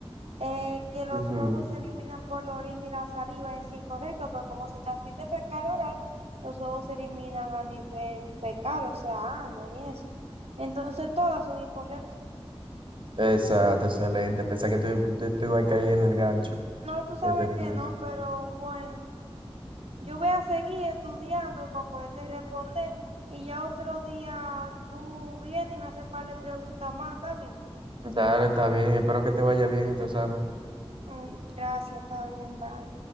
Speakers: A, on the right (about 85°); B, on the right (about 55°).
A: Eh, que los
B: ujú.
A: huevos se eliminan por la orina y la saliva es incorrecto, porque como se transmite fecal oral, los huevos se eliminan a nivel fecal, o sea, ano y eso. Entonces todas son incorrectas.
B: Exacto, excelente. Pensé que tú yo te iba a caer en el gancho
A: No, tú sabes
B: que te puse.
A: que no, pero bueno. Yo
B: Ujú.
A: voy a seguir estudiando para poderte responder y ya otro día tú vienes y me haces par de preguntas más, ¿está bien?
B: Dale, está bien. Espero que te vaya bien en tu examen.
A: Mm, Gracias, está bien, bye.